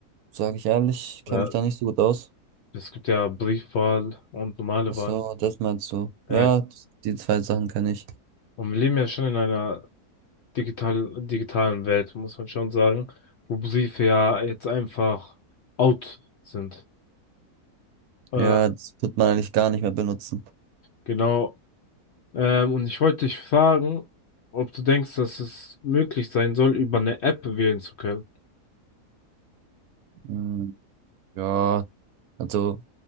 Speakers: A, on the right (about 75°); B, on the left (about 65°).
A: sage ich ehrlich,
B: Ja.
A: kenne mich da nicht so gut aus.
B: Es gibt ja Briefwahl und normale
A: Ach
B: Wahl.
A: so, das meinst du? Ja,
B: Ja.
A: die zwei Sachen kann ich.
B: Und wir leben ja schon in einer digital, digitalen Welt, muss man schon sagen, wo Briefe ja jetzt einfach out sind. Äh,
A: Ja, das wird man eigentlich gar nicht mehr benutzen.
B: genau, Ähm, und ich wollte dich fragen, ob du denkst, dass es möglich sein soll, über eine App wählen zu können.
A: Hm, ja, also